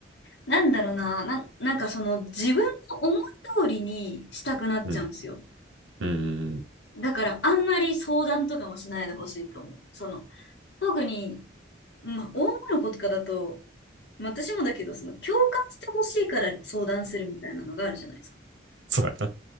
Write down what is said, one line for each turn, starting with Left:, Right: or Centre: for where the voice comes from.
Left: なんだろうな、なん、なんかその自分の思い通りにしたくなっちゃうんですよ。
Right: うん。うん。
Left: だからあんまり相談とかもしないでほしいと思う。その、特に、まあ、女の子とかだと、まあ私もだけど、その共感してほしいから相談するみたいなのがあるじゃないですか。
Right: そうやな。